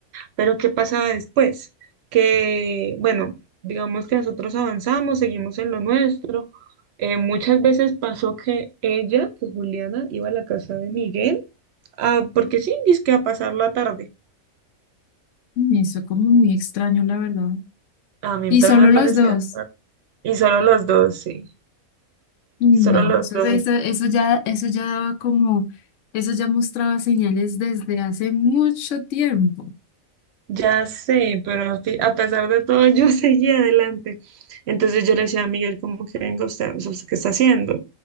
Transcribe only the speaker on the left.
Mm, Eso como muy extraño, la verdad.
Y
solo
los dos.
No,
eso,
eso, eso ya, eso ya daba como, eso ya mostraba señales desde hace mucho tiempo.